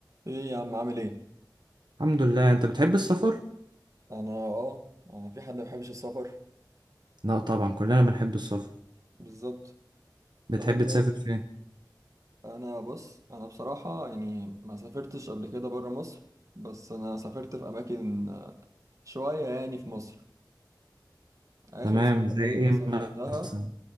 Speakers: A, on the right (about 45°); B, on the right (about 75°).
A: ايه يا عم عامل ايه
B: الحمد لله انت بتحب السفر
A: انا اه آه، في حد ما بيحبش السفر
B: لا طبعا كلنا بنحب السفر
A: بالظبط
B: بتحب
A: طب انت
B: تسافر
A: ايه
B: فين
A: انا بص انا بصراحه يعني ما سافرتش قبل كده بره مصر بس انا سافرت في اماكن آه، شويه يعني في مصر اخر
B: تمام
A: سفريه
B: زي ايه
A: انا سافرتها
B: مثلا